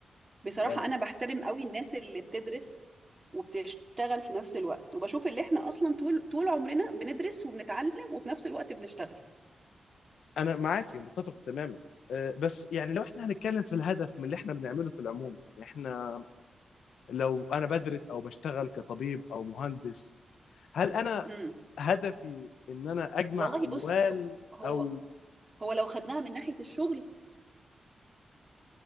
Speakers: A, on the right; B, on the left.
A: بصراحه
B: يعني
A: انا بحترم قوي الناس اللي بتدرس وبتشتغل في نفس الوقت وبشوف اللي احنا اصلا طول طول عمرنا بندرس وبنتعلم وفي نفس الوقت بنشتغل
B: انا معاكي متفق تماما آه، بس يعني لو احنا هنتكلم في الهدف من اللي احنا بنعمله في العموم يعني احنا لو انا بدرس او بشتغل كطبيب او مهندس هل انا
A: امم
B: هدفي ان انا اجمع
A: والله
B: اموال
A: بص هو هو
B: او
A: هو لو خدناها من ناحيه الشغل